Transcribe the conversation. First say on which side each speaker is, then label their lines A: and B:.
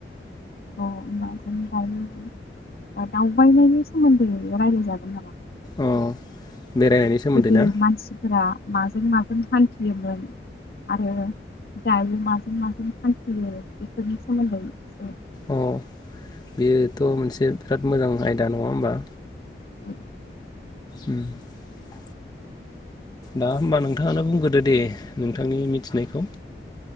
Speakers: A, on the left; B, on the left.
A: औ <unintelligible> जों जायो दावबायनायनि सोमोन्दै रायलायजागोन नामा
B: अ बेरायनायनि सोमोन्दै
A: गोदो
B: ना
A: मानसिफोरा माजों माजों हान्थियोमोन आरो दायो माजों माजों हान्थियो बेफोरनि सोमोन्दै एसे
B: अ बेयोथ' मोनसे बिराद मोजां आयदा नङा होमबा
A: औ <unintelligible>
B: उ <unintelligible> दा होमबा नोंथाङानो बुंग्रोदो दे नोंथांनि मिथिनायखौ